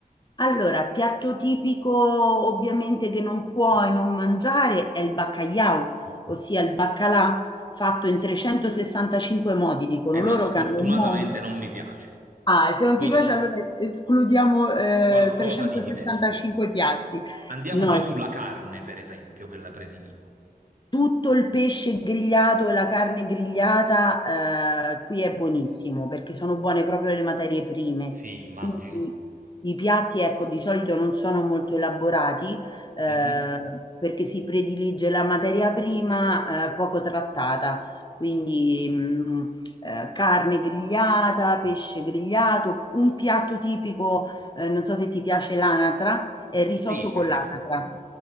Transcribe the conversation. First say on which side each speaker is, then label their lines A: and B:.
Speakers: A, on the left; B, on the right.
A: Allora, piatto tipico ovviamente che non puoi non mangiare è il baccagliau, ossia il baccalà fatto in 365 modi, dicono
B: Eh, ma
A: loro
B: sfortunatamente
A: che hanno un modo.
B: non mi piace,
A: Ah, se non
B: quindi
A: ti piace allora escludiamo eh,
B: qualcosa
A: 365
B: di diverso.
A: piatti.
B: Andiamo
A: No,
B: già sulla carne, per esempio, che la prediligo.
A: tutto il pesce grigliato e la carne grigliata, eh, qui è buonissimo perché sono buone proprio le materie prime.
B: Sì, immagino.
A: Quindi i piatti, ecco, di solito non sono molto elaborati, eh,
B: Mhm.
A: perché si predilige la materia prima, eh, poco trattata. Quindi, mm, eh, carne grigliata, pesce grigliato, un piatto tipico, eh, non so se ti piace l'anatra, è il risotto
B: Sì, perché
A: con l'anatra.
B: no?